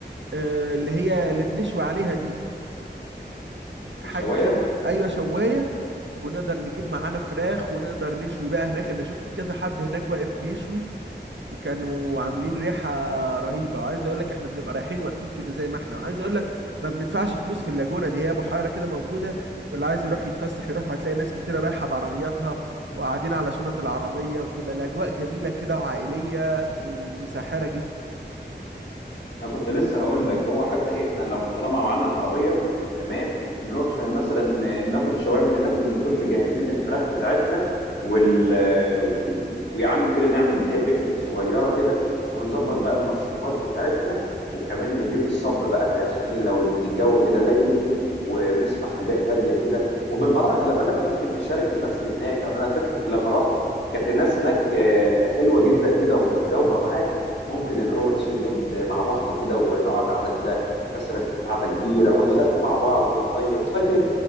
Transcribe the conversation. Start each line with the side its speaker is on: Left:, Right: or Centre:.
Right: آه، اللي هي اللي بنشوي عليها دي حاجه
Left: الشوايه
Right: كده ايوه شوايه ونقدر نجيب معانا فراخ ونقدر نشوي بقى هناك انا شفت كذا حد هناك واقف بيشوي وكانوا عاملين ريحة رهيبة وعايز اقول لك احنا بنبقى رايحين واقفين كده زي ما احنا وعايز اقول لك ما بندفعش فلوس في اللاجونة دي هي بحيرة كده موجودة واللي عايز يروح يتفسح يروح وهتلاقي ناس كتيرة رايحة بعربياتها وقاعدين على شنط العربية بتبقى الأجواء جميلة كده وعائلية وساحرة جدا
Left: انا كنت لسه هقول لك هو حتى إيه احنا لو طالما معانا العربيه تمام نروح مثلا ناخد شويه من هناك ونكون مجهزين الفراخ بتاعتنا وال, وال... ويا عم كده نعمل زي بيكنيك صغيره كده ونظبط بقى المشروبات بتاعتنا وكمان نجيب الصب بقى عشان ايه لو الجو كده ليل ونسمع حاجات هاديه كده وبالمره خلي بالك ممكن نشارك الناس اللي هناك يعني انا فاكر لما رحت كانت الناس هناك آه، حلوه جدا كده ومتجاوبه معاك ممكن اللي هو نشير يد مع بعض كده ونقعد قعده كده مثلا قعده كبيره ونغني مع بعض ونهيص فاكر